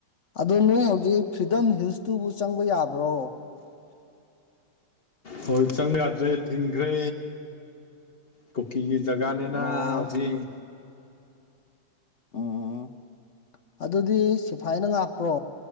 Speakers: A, on the left; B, on the left.
A: ꯑꯗꯣ ꯅꯣꯏ ꯍꯧꯖꯤꯛ ꯐ꯭ꯔꯤꯗꯝ ꯍꯤꯜꯁꯇꯨꯕꯨ ꯆꯪꯕ ꯌꯥꯕ꯭ꯔꯣ
B: ꯍꯣꯏ ꯆꯪꯕ ꯌꯥꯗ꯭ꯔꯦ ꯊꯤꯡꯈ꯭ꯔꯦ ꯀꯨꯀꯤꯒꯤ ꯖꯒꯥꯅꯤꯅ
A: ꯑꯣ
B: ꯍꯧꯖꯤꯛ
A: ꯎꯝ ꯑꯗꯨꯗꯤ ꯁꯤꯐꯥꯏꯅ ꯉꯥꯛꯄ꯭ꯔꯣ